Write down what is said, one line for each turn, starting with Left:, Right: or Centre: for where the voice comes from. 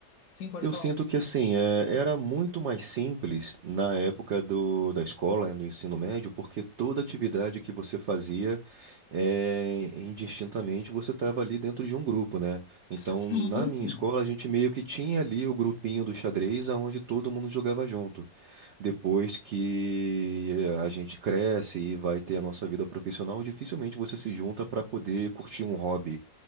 Left: Sim, pode
Right: Eu
Left: falar.
Right: sinto que assim, é, era muito mais simples na época do, da escola, né, do ensino médio, porque toda atividade que você fazia, é, indistintamente, você estava ali dentro de um grupo, né? Então,
Left: Sim.
Right: na minha escola, a gente meio que tinha ali o grupinho do xadrez, onde todo mundo jogava junto. Depois que a gente cresce e vai ter a nossa vida profissional, dificilmente você se junta para poder curtir um hobby,